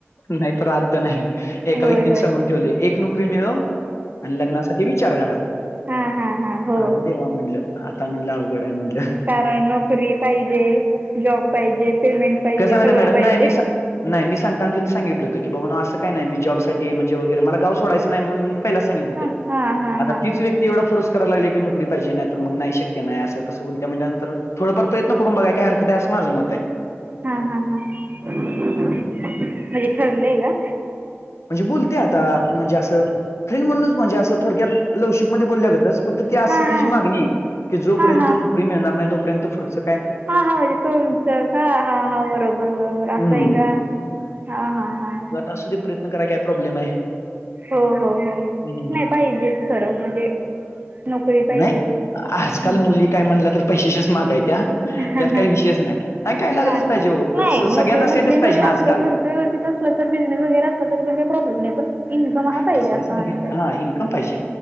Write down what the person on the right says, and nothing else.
होय
होय
हा हा हा ह
कारण नोकरी पाहिजे, जॉब पाहिजे, पेमेंट पाहिजे
सगळं
पाहिजे.
हां हां हां
हां
हा हा हा, म्हणजे ठरलय का?
हां
हां
हां हां
हा हा म्हणजे तुमच का, हा हा बरोबर बरोबर अस
आहे का? हा हा हा.
हो हो हो,
नाही पाहिजेच खरं म्हणजे नोकरी पाहिजेच,
हम्म
हां
हां
हा
नाही
नोकरी
नसली
तरी
आपलं
घरचं व्यवस्थित असलं तर बिझनेस वैगरे असला तरी पण काही प्रॉब्लेम नाही पण इन्कम हा पाहिजे
असं
म्हणायचय.